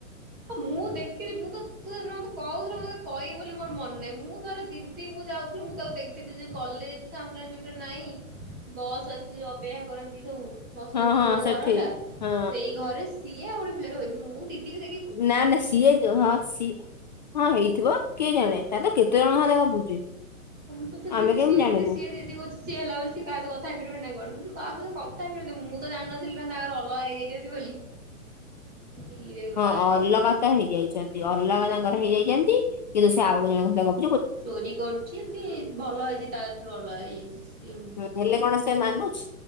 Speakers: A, on the right; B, on the left.
A: ହଁ ମୁଁ ଦେଖିଲି ମୁଁ ତ ମତେ କହୁଥିଲ ମେ କହିବି ବୋଲି ମୋର ମନେ ନାହିଁ ମୁଁ ତର ଦିଦି ମୁଁ ଯାଉଥିଲି ମୁଁ ତାକୁ ଦେଖିଥିଲି ଯୋଉ କଲେଜ ସାମ୍ନାରେ ଯୋଉଟା ନାଇଁ ବସ୍ ଆସିଲି ଯୋଉ ଅପେକ୍ଷା କରନ୍ତି ସବୁ ବସନ୍ତି
B: ହଁ ହଁ
A: ସେ ଯୋଉ
B: ସେଠି
A: ଘର ଟା
B: ହଁ
A: ସେଇ ଘରେ ସିଏ ଆଉ ଗୋଟେ ପିଲା ବସିଥିଲା ମୁଁ ଦିଦି କୁ ଦେଖି
B: ନା ନା ସିଏଛ ହଁ ସି ହଁ ହେଇଥିବ କିଏ ଜାଣେ ତାର ତ କେତେ ଜଣଙ୍କ ସହିତ ଗପୁଛି।
A: ମୁଁୁଥିଲ
B: ଆମେ
A: ଦିଦି
B: କେମିତି
A: ସିଏ
B: ଜାଣିବୁ
A: ଦିଦି ସି ଦି କହୁଛି ସିଏ ଲାଗୁଛି କାହା ସହିତ କଥା ହେଇପାରିବନି ନା କଣ। କାହା ସହିତ କଥା ହେଇପାରିବନି ମୁଁ ତ ଜାଣିନଥିଲି ନା ତାଙ୍କର ଅଲଗା ହେଇଯାଇଛନ୍ତି ବୋଲି। ଇରେ ଭାଇରେ
B: ହଁ ଅଲଗା ତ ହେଇଯାଇଚନ୍। ଅଲଗା ତାଙ୍କର ହେଇଯାଇଚନ୍ତି। କିନ୍ତୁ ସେ ଆଉ ଜଣଙ୍କ ସହିତ ଗପ୍
A: ଚୋରି କରୁଛିନ୍ତି। ଭଲ ହେଇଛି, ତାଠରୁ ଅଲଗା ହେଇଯାଇଛି। ସିଏ
B: ହୁଁ ହେଲେ କଣ ସେ ମା ଉଛ୍।